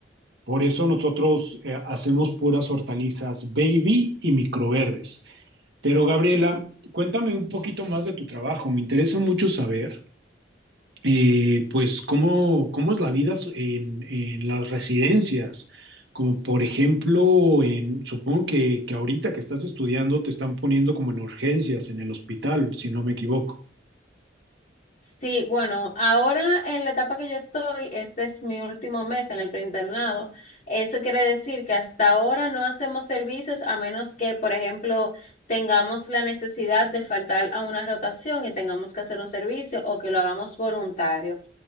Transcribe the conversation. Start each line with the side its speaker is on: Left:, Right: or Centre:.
Right: Por eso nosotros eh, hacemos puras hortalizas baby y microverdes. Pero Gabriela, cuéntame un poquito más de tu trabajo, me interesa mucho saber eh, pues cómo, cómo es la vida so- en, en las residencias, como por ejemplo, en, supongo que, que ahorita que estás estudiando te están poniendo como en urgencias en el hospital, si no me equivoco.
Left: Sí, bueno, ahora en la etapa que yo estoy, este es mi último mes en el preinternado. Eso quiere decir que hasta ahora no hacemos servicios a menos que, por ejemplo, tengamos la necesidad de faltar a una rotación y tengamos que hacer un servicio o que lo hagamos voluntario.